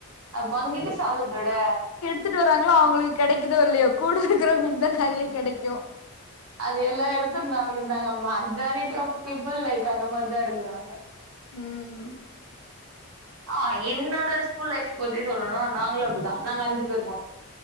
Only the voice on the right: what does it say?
அ பங்கிட்டு சாப்றத விட
அது எல்லா எடுத்துட்டு நகுந்தாங்க மெஜாரிட்டி ஆஃப் பீப்புள் லைக் அந்த மார் தா இருக்குறாங்க
ஆ என்னோட ஸ்கூல் லைஃப் பத்தி சொல்னுனா நாங்ளு அப்டிதா நாங்க அஞ்சு பேர் மொத்தொ